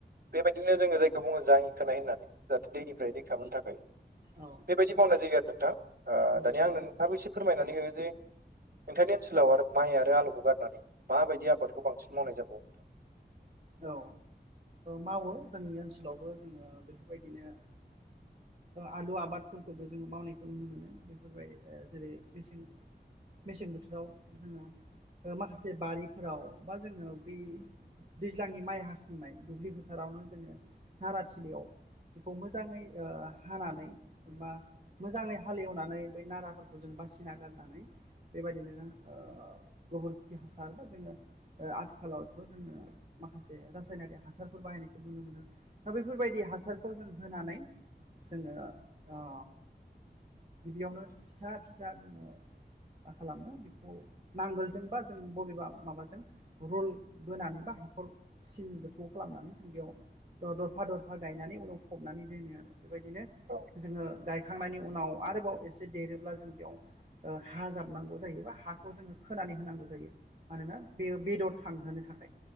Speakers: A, on the right; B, on the right.
A: बेबायदिनो जोङो जायखौ बुङो जाङि खोनाय होननानै जाहाथे दैनिफ्राय रैखा मोननो थाखाय
B: औ
A: बेबायदि मावनाय जायोग आरो नोंथाङा
B: नंगौ
A: दानि
B: नंगौ
A: आं नोंथाबो एसे फोरमायनानै हो जे नोंथांनि ओनसोलाव आरो माइ आरो आलुखौ गारनानै माबायदि आबादखौ बांसिन मावनाय जाबावो नोंथां
B: औ मावो जोंनि ओनसोलावबो जोङो बेफोर‌ बायदिनो आलु आबादफोरखौबो जोङो मावनायखौ नुनो मोनो बेफोरबाय जेरै मेसें मेसें बोथोराव जोङो माखासे बारिफोराव बा जोङो ब दैज्लांनि माइ हाखांनाय दुब्लि फोथारावनो जोङो नाराथिलियाव बेखौ मोजाङै हानानै मा मोजाङै हालेवनानै बै नाराफोरखौ जों बासिना गारनानै बेबायदिनो गोबोरखि हासार बा जोङो ओ आथिखालावथ' जोङो। माखासे रासायनारि हासारफोर बाहायनायखौ नुनो मोनो दा बैफोरबायदि हासारखौ जों होनानै। जोङो ओ गिबियावनो फिसा फिसा जोङो। मा खालामो बेखौ नांगोलजोंबा जों बबेबा माबाजों रुल बोनानै बा हाखर सिन गोथौ खालामनानै जों बेयाव दरफा दरफा गायनानै उनाव फबनानै दोनो आरो बेबायदिनो
A: औ
B: जोङो गायखांनायनि उनाव आरोबाव एसे देरोब्ला जों बेयाव हा जाबनांगौ जायोबा हाखौ जोङो खोनानै होनांगौ जायो मानोना बे बेदर थांहोनो थाखाय